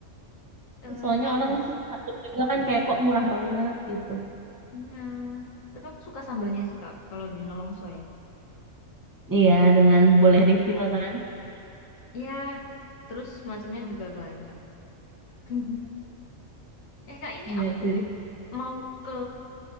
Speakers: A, on the left; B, on the right.
A: Eh,
B: soalnya
A: kalau
B: orang takut juga kan kayak kok murah banget gitu
A: iya, tapi aku suka sambelnya sih Kak, kalau di nolongso ya.
B: iya
A: Enak,
B: dengan boleh
A: enak.
B: refill kan
A: Ya, terus macamnya juga banyak. <laughs> Eh Kak, ini
B: Iya
A: aku
B: sih.
A: mau ke